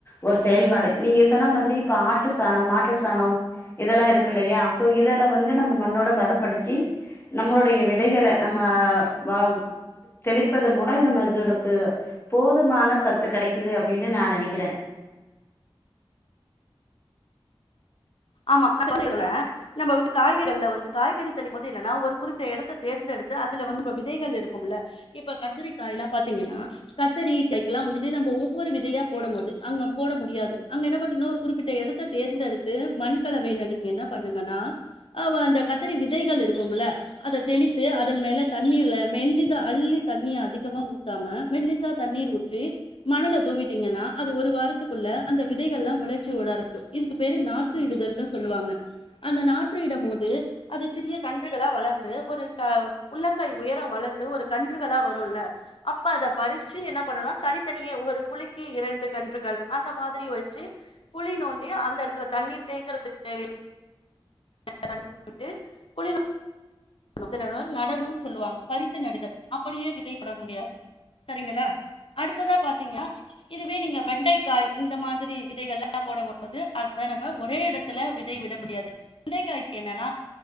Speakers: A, on the left; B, on the left.
A: ஒரு செயல்பாடு நீங்க சொன்ன மாத்ரி இப்ப ஆட்டு சாணம் மாட்டு சாணம் இதெல்லா இருக்கில்லையா சோ இதல வந்து நம்ம மண்ணோட பதப்படுத்தி நம்மளுடைய வெதைகள நம்ம வ தெளிப்பதன் மூலம் நம்ம இதளுக்கு போதுமான சத்து கெடைக்குது அப்டின்னு நா நெனைக்றே
B: ஆமா <unintelligible> நம்ப வந்து காய்கறில அதுல வந்து காய்கறி தள்ளி போர்து இல்லன்னா ஒரு குறிப்பிட்ட எடத்த தேர்ந்தெடுத்து அதுல வந்து விதைகள் இருக்கும்ல இப்ப கத்தரி காயெல்லா பாத்தீங்கன்னா கத்தரி காய்கெல்லா வந்துட்டு நம்ம ஒவ்வொரு விதையா போடும் போது அங்க போட முடியாது அங்க என்ன பாத்தீங்கன்னா ஒரு குறிப்பிட்ட எடத்த தேர்ந்தெடுத்து மண்கலவையில நீங்க என்ன பண்ணுங்கன்னா அவ அந்த கத்தரி விதைகள் இருக்கும்ல அத தெளித்து அதன் மேல தண்ணீர்ல மெல்லிதா அள்ளி தண்ணி அதிகமா ஊத்தாம மெல்லிசா தண்ணீர் ஊற்றி மணல தூவிட்டீங்கன்னா அது ஒரு வாரத்துக்குள்ள அந்த விதைகள்லா முளைச்சி உட ஆரம்பிக்கு இதுக்கு பேரு நா ற்று இடுதல்ன்னு சொல்லுவாங்க அந்த நாற்று இடும்போது அது சிறிய கன்றுகளா வளந்து ஒரு உள்ளங்கை உயரம் வளந்து ஒரு கன்றுகளா வரும்ல அப்ப அத பறிச்சு என்ன பண்ணனுனா தனித்தனியே ஒரு குழிக்கு இரண்டு கன்றுகள் அந்த மாத்ரி வச்சு குழி நோண்டி அந்த எடத்துல தண்ணீர் தேங்கறதுக் தேவையா <inaudible> <unintelligible> நடவுன்னு சொல்லுவாங் பரித்து நடுதல் அப்படியே விதைப்பட முடியாது சரிங்களா அடுத்ததா பாத்தீங்கன்னா இதுவே நீங்க வெண்டைக்காய் இந்த மாதிரி விதைகள்லா போடும்போது அதுவ நம்ம ஒரே இடத்துல விதை விட முடியாது வெண்டைக்காய்க்கு என்னன்னா